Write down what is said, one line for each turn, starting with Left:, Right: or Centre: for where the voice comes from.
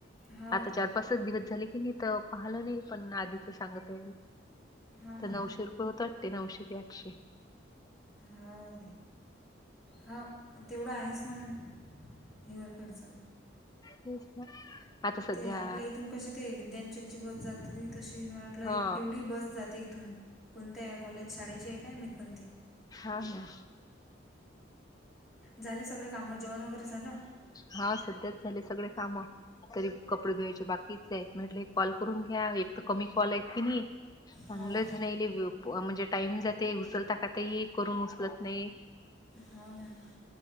Centre: हो
Left: आता
Centre: काय
Left: चार पाचच दिवस झाले क नाही तर पाहिलं नाही पण आधीच सांगत आहे मी
Centre: हो ना
Left: तर नऊशे
Centre: हो ना
Left: रुपये होत वाटते नऊशे एकठशे
Centre: हो ह तेवढं आहेस हेिअर खचं
Left: तस ना आता सध्या
Centre: ते आपल्या इथून कशी ते विद्यांचलची बस जाती तशी म्हटलं एक
Left: हा
Centre: पिवळी बस जात ते इथून कोणत्या आहे कॉलेज शाळेची आहे काय मी कोणते
Left: हा हा
Centre: झाले सगळे काम जेवण वगैरे झालं
Left: हा सध्याच झाले सगळे काम तरी कपडे धुवायचे बाकीचे आहेत म्हटले कॉल करून घ्या एक तर कमी कॉल आहेत की नाही लणले
Centre: हो
Left: म्हणजे टाईम जाते उचलता काातही करून उचलत नाही
Centre: हो ना